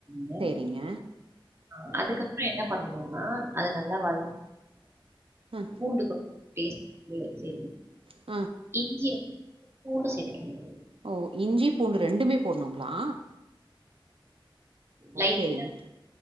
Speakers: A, on the right (about 30°); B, on the right (about 80°).
A: க
B: செரிங்க
A: ஆ அதுக்கு அப்றோ என்ன பண்ணுவோனா அத நல்லா வதக்கு
B: ம்
A: பூண்டு <inaudible> செரி
B: ம்
A: இஞ்சி பூண்டு சேத்திக்கனு
B: ஓ இஞ்சி பூண்டு ரெண்டுமே போட்னூங்ளா
A: லைட்
B: செரிங்க